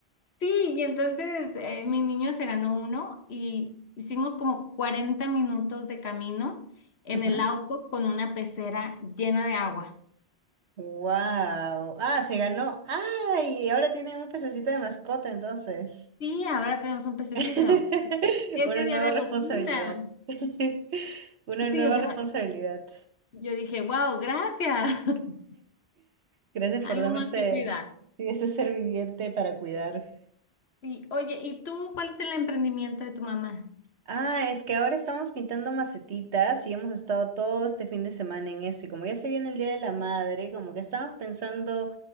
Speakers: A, on the left; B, on the right.
A: sí, y entonces eh, mi niño se ganó uno y hicimos como 40 minutos de camino en
B: Ajá.
A: el auto con una pecera llena de agua.
B: Wow. Ah, se ganó. Ay, ahora tienen un pececito de mascota entonces.
A: Sí, ahora tenemos un pececito.
B: <laughs>
A: Ese
B: Una
A: día
B: nueva
A: de
B: responsabilidad.
A: locura.
B: <laughs> Una nueva
A: Sí, o sea,
B: responsabilidad.
A: yo dije, wow, gracias. <laughs>
B: Gracias
A: Algo
B: por darme
A: más
B: este,
A: que cuidar.
B: sí, este ser viviente para cuidar.
A: Sí, oye, ¿y tú cuál es el emprendimiento de tu mamá?
B: Ah, es que ahora estamos pintando macetitas y hemos estado todo este fin de semana en eso. Y como ya se viene el Día de la Madre, como que estábamos pensando